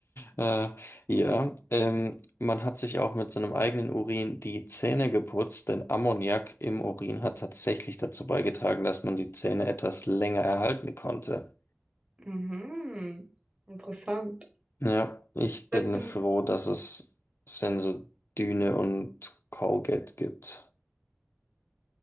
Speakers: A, on the left; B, on the right.
A: Äh, ja, ähm, man hat sich auch mit seinem eigenen Urin die Zähne geputzt, denn Ammoniak im Urin hat tatsächlich dazu beigetragen, dass man die Zähne etwas länger erhalten konnte.
B: Mhm. Interessant.
A: Ja, ich bin
B: Übrigens,
A: froh, dass es Sensodyne und Colgate gibt.